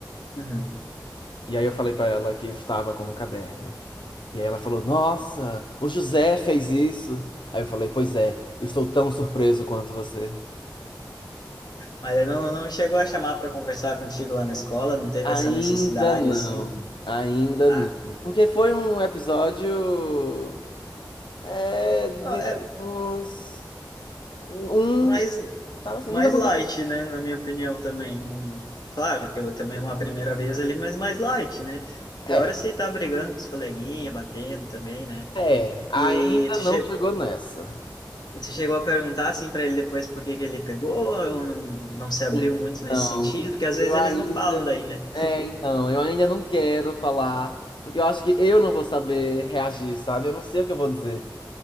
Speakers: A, on the left (about 60°); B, on the left (about 80°).
A: uhum.
B: E aí eu falei pra ela que estava com um caderno. E aí ela falou: Nossa, o José fez isso. Aí eu falei: Pois é, estou tão surpreso quanto você.
A: Mas ele não, não chegou a chamar para conversar contigo lá na escola, não teve
B: Ainda
A: essa necessidade
B: não,
A: assim.
B: ainda
A: Ah,
B: não. Porque foi um episódio. É, de
A: é
B: uns. Um.
A: mais,
B: Sabe assim,
A: mais
B: nunca aconteceu.
A: light, né? Na minha opinião também. Não- claro que eu também é uma primeira vez ali, mas mais light, né? Pior
B: É,
A: é se tá brigando com os coleguinhas, batendo também, né?
B: é, ainda
A: E tu,
B: não
A: che
B: chegou nessa.
A: e tu chegou a perguntar assim para ele depois por que que ele pegou ou não, não se abriu
B: Então,
A: muito nesse sentido? Porque às
B: eu
A: vezes
B: ainda
A: eles não falam daí, né?
B: É, então, eu ainda não quero falar, porque eu acho que eu não vou saber reagir, sabe? Eu não sei o que eu vou dizer.